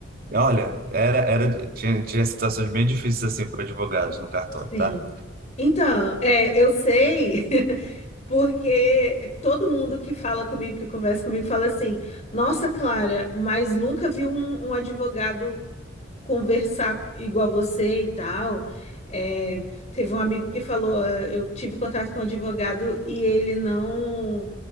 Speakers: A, on the right; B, on the left.
A: Olha, era, era, tinha, tinha situações bem difíceis assim com advogados no cartório,
B: sim.
A: tá?
B: Então, é, eu sei, <laughs> porque todo mundo que fala comigo, que conversa comigo, fala assim: Nossa, Clara, mas nunca vi um, um advogado conversar igual você e tal. É, teve um amigo que falou: "Ah, Eu tive contato com um advogado e ele não,